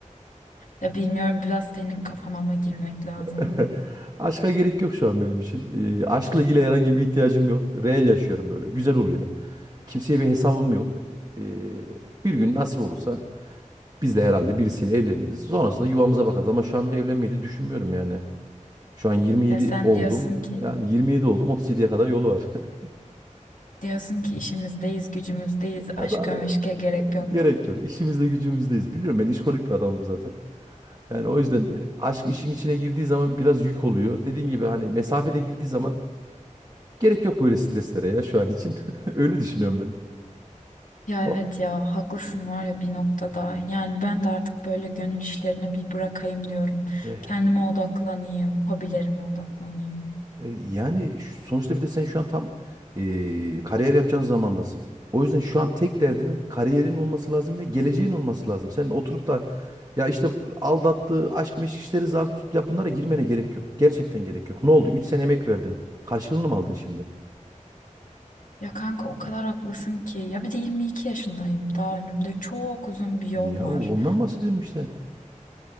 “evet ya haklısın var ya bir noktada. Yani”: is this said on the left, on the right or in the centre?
Left